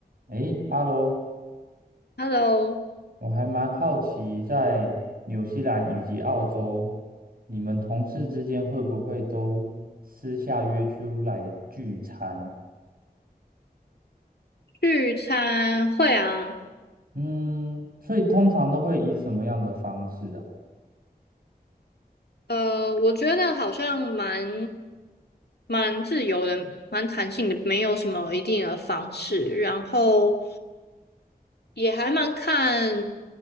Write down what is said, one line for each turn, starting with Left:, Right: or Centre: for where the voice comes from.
Right: 诶哈喽！
Left: Hello，
Right: 我还蛮好奇，在纽西兰以及澳洲，你们同事之间会不会都私下约出来聚餐？
Left: 聚餐会啊，
Right: 嗯，所以通常都会以什么样的方式啊？
Left: 呃，我觉得好像蛮蛮自由的，蛮弹性的，没有什么一定的方式。然后，也还蛮看，